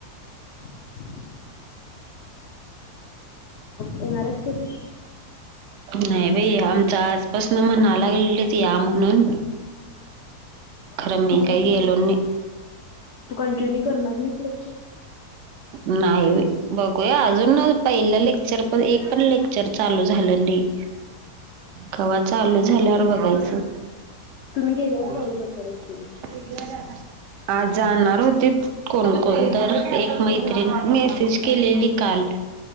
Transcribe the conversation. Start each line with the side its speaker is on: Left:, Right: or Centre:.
Left: <unintelligible> येणार आहेस काय तु?
Right: नाही बाई, आमच आजपासनं म्हणा लागलेलीत या म्हणून खरं
Left: तू
Right: मी
Left: तू कंटिन्यू
Right: काय गेलो नाही.
Left: तू कंटिन्यू करणार नाहीस लेक्चर?
Right: नाही बाई, बघूया अजून पहिलं लेक्चर पण एक पण लेक्चर चालू झालं नाही. कवा चालू झाल्यावर बघायचं.
Left: तुम्ही गेल्यावर
Right: <unintelligible>
Left: चालू करणार असतील.
Right: आज जाणार होती कोणकोण तर एक मैत्रिण मेसेज केलेली काल,